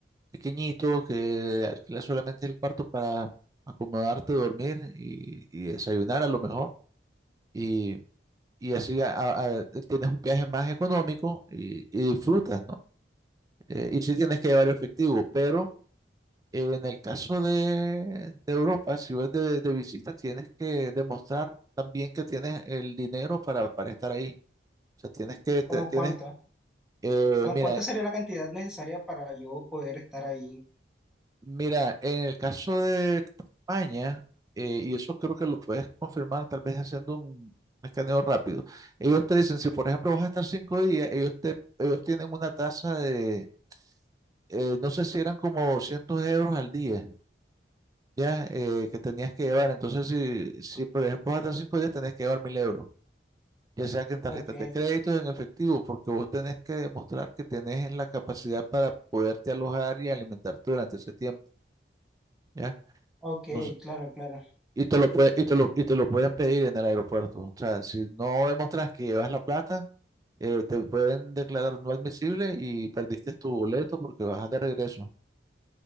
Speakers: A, on the right (about 20°); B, in the centre.
A: pequeñitos, que alquiles solamente el cuarto para acomodarte, dormir y, y desayunar a lo mejor. Y, y así a- a- a- tienes un viaje más económico y, y disfrutas, ¿no? Eh, y sí tienes que llevar efectivo, pero En el caso de, de Europa, si vas de, de visita, tienes que demostrar también que tienes el dinero para, para estar ahí. O sea, tienes que,
B: ¿Cómo
A: te- tienes,
B: cuánto?
A: eh,
B: ¿Cómo
A: mira,
B: cuánto sería la cantidad necesaria para yo poder estar ahí?
A: mira, en el caso de España, eh, y eso creo que lo puedes confirmar tal vez haciendo un escaneo rápido. Ellos te dicen, si por ejemplo vas a estar cinco días, ellos te, ellos tienen una tasa de, eh, no sé si eran como 200 euros al día. ya eh, que tenías que llevar. Entonces, si, si por ejemplo hasta cinco días, tenés que llevar mil euros, ya sea que en tarjetas
B: Ok,
A: de crédito o en efectivo, porque vos tenés que demostrar que tenés la capacidad para poderte alojar y alimentarte durante ese tiempo, ¿ya?
B: ok,
A: Entonces,
B: claro, claro.
A: y te lo puede- y te lo, y te lo pueden pedir en el aeropuerto. O sea, si no demostrás que llevas la plata, eh, te pueden declarar no admisible y perdiste tu boleto porque bajas de regreso.